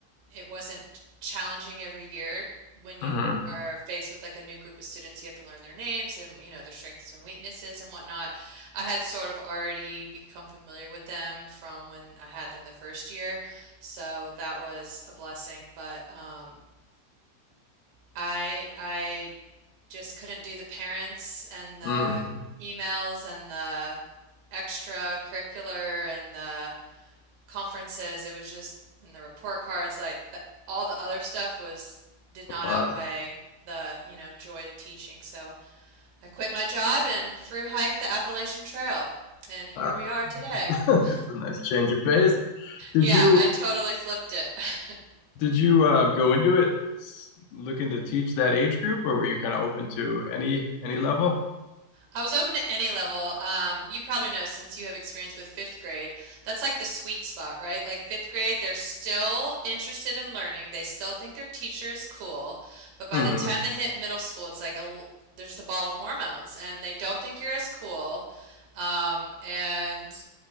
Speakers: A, on the right; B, on the left.
A: it wasn't challenging every year when
B: Mm-hmm.
A: you are faced with like a new group of students, you have to learn their names and you know their strengths and weaknesses and whatnot. I had sort of already become familiar with them from when I had them the first year, so that was a blessing. But um, I I just couldn't do the parents and the
B: Mm.
A: emails and the extracurricular and the conferences, it was just in the report cards, like the, all the other stuff was did not
B: Wow.
A: outweigh the, you know, joy of teaching. So I quit my job and through hiked the Appalachian Trail. And here
B: Ah.
A: we are
B: <laughs>
A: today. <laughs>
B: That's a nice change of pace. Did
A: Yeah,
B: you
A: I totally flipped it. <laughs>
B: did you uh, go into it s- looking to teach that age group, or were you kind of open to any any level?
A: I was open to any level. Um, you probably know since you have experience with fifth grade, that's like the sweet spot, right? Like fifth grade, they're still interested in learning. They still think their teacher is cool. But by
B: Hmm.
A: the time they hit middle school, it's like a l- they're just a ball of hormones and they don't think you're as cool. Um, and